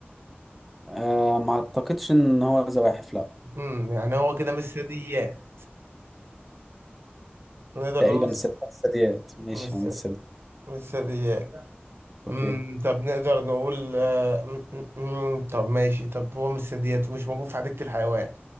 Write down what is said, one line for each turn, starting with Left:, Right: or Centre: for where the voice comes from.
Centre: آه ما اعتقدش ان هو زواحف لا
Right: امم يعني هو كده مش ثدييات نقدر
Centre: تقريبا
Right: نقول مش
Centre: من الثدي- الثدييات ماشي
Right: مش
Centre: هو من الثدييات
Right: مش ثدييات
Centre: اوكي
Right: امم طب نقدر نقول آه، أمم، أمم، طب ماشي طب هو مش ثدييات ومش موجود في حديقة الحيوان